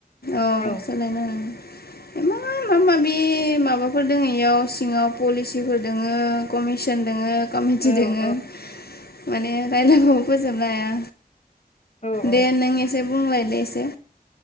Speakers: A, on the left; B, on the left.
A: अह
B: औ
A: सोलायनो एमान माबा माबि माबाफोर दङ इयाव सिङाव पलिसिफोर दोङो कमिसन दङो कमिटि
B: औ
A: दङो माने रायलायबाबो फोजोबनो हाया
B: औ औ
A: दे नों एसे बुंलाय दे एसे